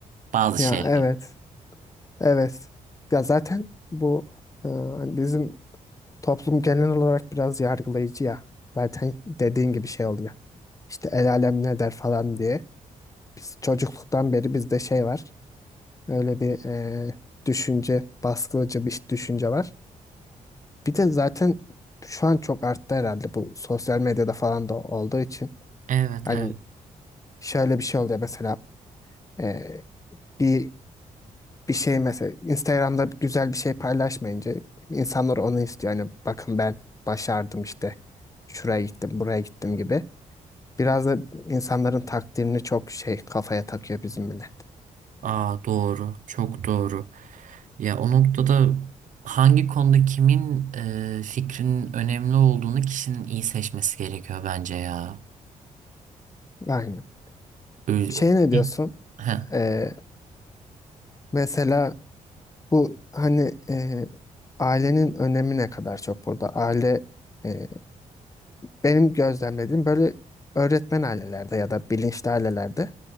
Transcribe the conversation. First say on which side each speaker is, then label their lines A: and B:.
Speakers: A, on the right; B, on the left.
A: Bazı
B: Ya
A: şeyler.
B: evet. Evet. Ya zaten bu e, bizim Toplum genel olarak biraz yargılayıcı ya. Zaten dediğin gibi şey oluyor. İşte el alem ne der falan diye. Biz çocukluktan beri bizde şey var. Öyle bir e, düşünce, baskıcı bir düşünce var. Bir de zaten şu an çok arttı herhalde bu sosyal medyada falan da olduğu için.
A: Evet,
B: Hani
A: evet.
B: şöyle bir şey oluyor mesela e, bir bir şey mesela Instagram'da güzel bir şey paylaşmayınca insanlar onu istiyor. Hani bakın ben başardım işte. Şuraya gittim, buraya gittim gibi. Biraz da insanların takdirini çok şey kafaya takıyor bizim millet.
A: Aa doğru, çok doğru. Ya o noktada hangi konuda kimin e, fikrinin önemli olduğunu kişinin iyi seçmesi gerekiyor bence ya.
B: Aynen.
A: Ö-
B: Şey ne
A: <laughs>
B: diyorsun?
A: Heh.
B: Ee, mesela bu hani e, ailenin önemi ne kadar çok burada? Aile e, benim gözlemlediğim böyle öğretmen ailelerde ya da bilinçli ailelerde